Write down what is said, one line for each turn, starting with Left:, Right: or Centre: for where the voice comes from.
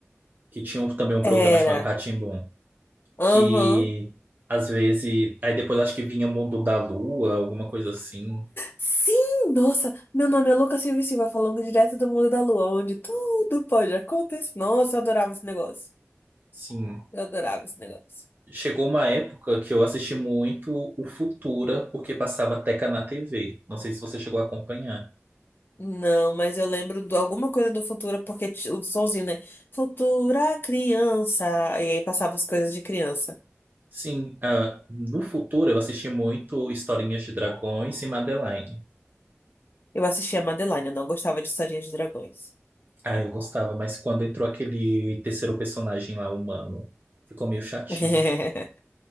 Right: que tinha um- também um
Left: era.
Right: programa chamado Rá-Tim-Bum,
Left: Aham.
Right: que às vezes, aí depois acho que vinha Mundo da Lua, alguma coisa assim.
Left: Sim, nossa, meu nome é Lucas Silva e Silva, falando direto do mundo da lua, onde tudo pode acontecer. Nossa, eu adorava esse negócio.
Right: Sim,
Left: Eu adorava esse negócio.
Right: chegou uma época que eu assisti muito o Futura, porque passava Teca na TV. Não sei se você chegou a acompanhar.
Left: Não, mas eu lembro de alguma coisa do Futura, porque t- o sonzinho, né? Futura criança. E aí passava as coisas de criança.
Right: Sim, ah, no futuro eu assisti muito Historinhas de Dragões e Madeline.
Left: Eu assistia a Madeline, eu não gostava de historinhas de dragões.
Right: Ah, eu gostava, mas quando entrou aquele terceiro personagem lá, humano, ficou meio chatinho.
Left: <laughs>